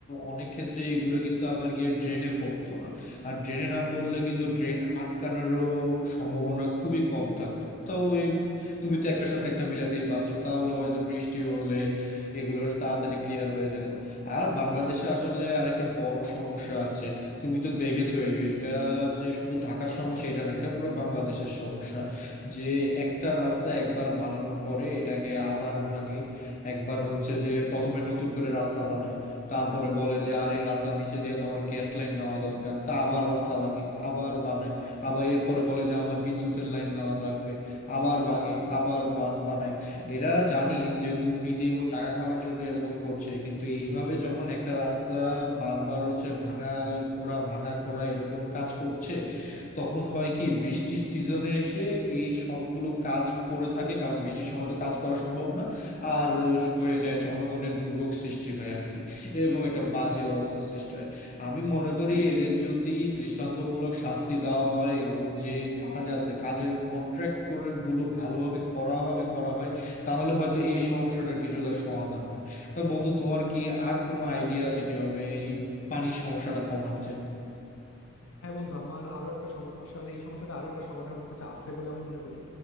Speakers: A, on the left; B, on the left.
A: অনেক ক্ষেত্রে এগুলো কিন্তু আবার গিয়ে ড্রেনে পড়তো না আর ড্রেনে না পড়লে কিন্তু ড্রেন আটকানোরও সম্ভাবনা খুবই কম থাকতো তো এই তুমি তো একটার সাথে একটা মিলাতেই পারছো তাহলে হয়তো বৃষ্টি হলে এগুলোর তাড়াতাড়ি ক্লিয়ার হয়ে যেত আর বাংলাদেশে আসলে আরেকটা বড় সমস্যা আছে তুমি তো দেখেছো এই এটা যে শুধু ঢাকার সমস্যা এটা না এটা পুরো বাংলাদেশের সমস্যা যে একটা রাস্তা একবার বানানোর পরে এটাকে আবার ভাঙে একবার হচ্ছে যে প্রথমে নতুন করে রাস্তা বানায় তারপরে বলে যে আরে রাস্তার নিচে দিয়ে তো আমার গ্যাস লাইন নেওয়া দরকার তা আবার রাস্তা ভাঙে আবার বানায় আবার এরপরে বলে যে আমার বিদ্যুতের লাইন নেওয়া থাকবে আবার ভাঙে আবার বান- বানায় এরা জানি যে দুর্নীতি এবং টাকা খাওয়ার জন্য এরকম করছে কিন্তু এইভাবে যখন একটা রাস্তা বারবার হচ্ছে ভাঙা খোঁড়া ভাঙা খোঁড়া এরকম কাজ করছে তখন হয় কি বৃষ্টির সিজনে এসে এই সবগুলো কাজ পড়ে থাকে কারণ বৃষ্টির সময় তো কাজ করা সম্ভব না আর হয়ে যায় জনগণের দুর্ভোগ সৃষ্টি হয় আর কি এরকম একটা বাজে অবস্থা সৃষ্টি হয় আমি মনে করি এদের যদি দৃষ্টান্তমূলক শাস্তি দেওয়া হয় এবং যে কাজ আছে কাজের কন্ট্রাক্ট করে গুলো ভালোভাবে করা হবে করা হয় তাহলে হয়তো এই সমস্যাটার কিছুটা সমাধান হয় তা বন্ধু তোমার কি আর কোনো আইডিয়া আছে কিভাবে এই পানির সমস্যাটা কমানো যায়
B: হ্যাঁ বন্ধু আমার আরো একটা সমস্যার এই সমস্যাটা আরো একটা সমাধান আমার কাছে আসছে বলে আমি মনে করি